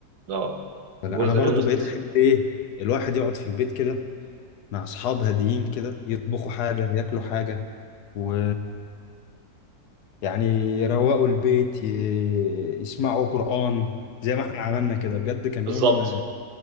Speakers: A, on the right; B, on the left.
A: اه
B: سلام.
A: جزء
B: انا برضو
A: من مستر
B: بقيت
A: سيفن
B: احب ايه الواحد يقعد في البيت كده مع اصحاب هاديين كده يطبخوا حاجه ياكلوا حاجه و يعني يروقوا البيت ي... يسمعوا قران زي ما احنا عملنا كده بجد كان
A: بالظبط
B: يوم